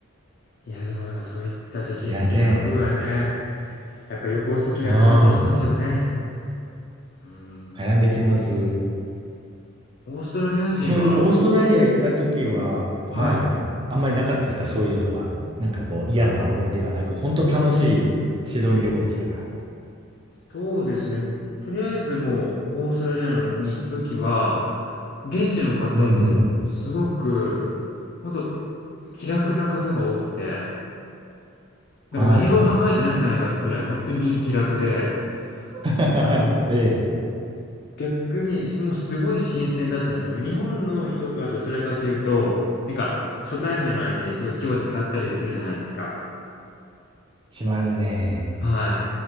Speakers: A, on the left (about 50°); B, on the right (about 25°).
A: ー。いや、でもなんかそういった歴史的なことがね、
B: いやね、
A: やっぱ旅行先では絡んできますよね。
B: うん、
A: うーん。
B: 悩んできます。
A: オーストラリア人は
B: そういうオーストラリア行った時は、はい、
A: はい。
B: あんまりなかったですか、そういうのは。なんかこう、嫌な思い出はなく、本当楽しいシドニー旅行でしたか。
A: そうですね。とりあえずもうオーストラリアに行った時は、現地の方もすごく、
B: うんうん。
A: 本当気楽な方が多くて、なんか何も考えてないんじゃないかってぐらい本当に気楽で、
B: はい。<laughs>
A: あの、
B: ええ、
A: 逆にもうすごい新鮮だったんですよ。日本の人とはどちらかというと、なんか初対面の相手にすごい気を使ったりするじゃないですか。
B: しますね。
A: はい。